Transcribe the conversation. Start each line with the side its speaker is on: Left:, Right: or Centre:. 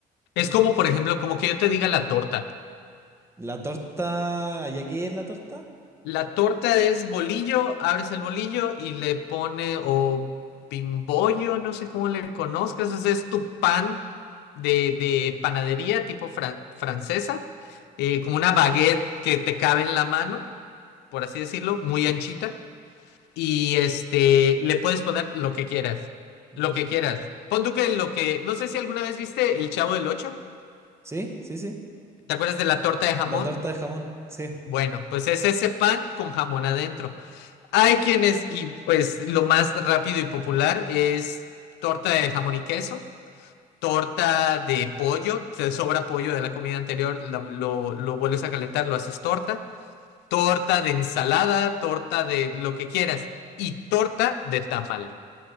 Right: Bien
Left: Es como,
Right: interesante.
Left: por ejemplo, como que yo te diga la torta.
Right: La torta, ¿allá qué es la torta?
Left: La torta es bolillo, abres el bolillo y le pone o bimbollo, no sé cómo le conozcas, o sea, es tu pan de, de panadería tipo fran- francesa, eh, como una baguette que te cabe en la mano, por así decirlo, muy
Right: Ujú.
Left: anchita, y este, le puedes poner lo que quieras,
Right: Mm.
Left: lo que quieras. Pon tú que lo que, no sé si alguna vez viste El Chavo del Ocho,
Right: Sí, sí, sí.
Left: ¿te acuerdas de la torta de jamón?
Right: La torta de jamón, sí.
Left: Bueno, pues es ese pan con jamón adentro. Hay quienes, y pues lo más rápido y popular es torta de jamón y queso, torta de pollo, te sobra pollo de la comida anterior, la- lo, lo vuelves a calentar, lo haces torta, torta de ensalada, torta de lo que quieras y torta de tamal.